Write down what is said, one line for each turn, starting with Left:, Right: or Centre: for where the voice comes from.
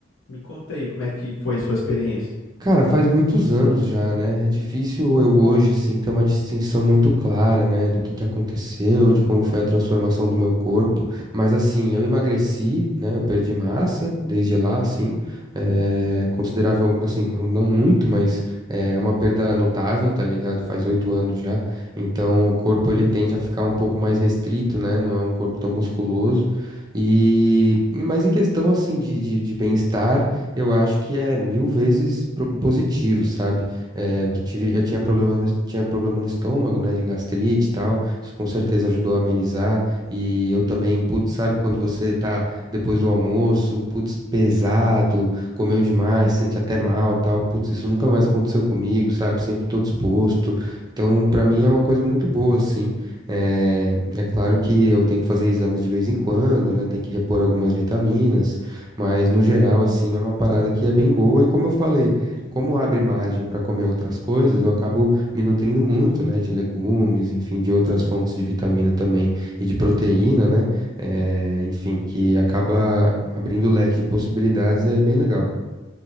Left: me conta aí, como é que foi a sua experiência?
Right: Cara, faz muitos anos já, né? É difícil eu hoje, assim, ter uma distinção muito clara, né, do que que aconteceu, de como foi a transformação do meu corpo. Mas, assim, eu emagreci, né? Eu perdi massa desde lá, assim. É considerável, assim, não, não muito, mas é uma perda notável, tá ligado? Faz oito anos já. Então, o corpo, ele tende a ficar um pouco mais restrito, né? Não é um corpo tão musculoso. E, mas em questão, assim, de, de de bem-estar eu acho que é mil vezes pro- positivo, sabe? Eh, eu tive, eu tinha problema no, es- tinha problema no estômago, né, de gastrite e tal. Isso com certeza ajudou a amenizar. E eu também, putz, sabe quando você tá depois do almoço, putz, pesado, comeu demais, sente até mal, tal. Putz, isso nunca mais aconteceu comigo, sabe? Sempre tô disposto. Então, pra mim é uma coisa muito boa, assim. É, é claro que eu tenho que fazer exames de vez em quando, né? Tem que repor algumas vitaminas. Mas no geral, assim, é uma parada que é bem boa. E como eu falei, como abre margem para comer outras coisas, eu acabo me nutrindo muito, né, de legumes, enfim, de outras fontes de vitamina também e de proteína, né? eh, enfim, que acaba abrindo o leque de possibilidades e é bem legal.